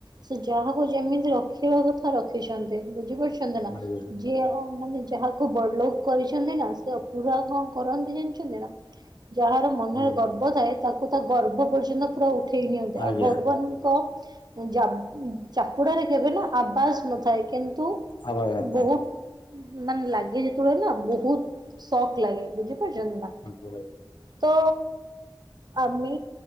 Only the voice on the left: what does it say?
ଆଜ୍ଞା
ଆଜ୍ଞା
ଆଜ୍ଞା
ଆବାଜ ଆସୁନି।
ଆଜ୍ଞା